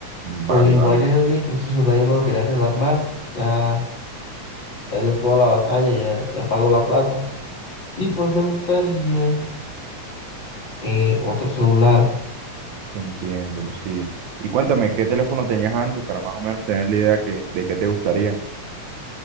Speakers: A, on the left (about 40°); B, on the right (about 75°).
A: Pues
B: Vale,
A: igual
B: vale,
A: ya yo dije que ese celular yo no lo quería arreglar más, ya, ya dio toda la batalla, ya, ya pagó la plata. Y pues me gustaría eh, otro celular.
B: te entiendo, sí. Y cuéntame, ¿qué teléfono tenías antes para más o menos tener la idea que, de qué te gustaría?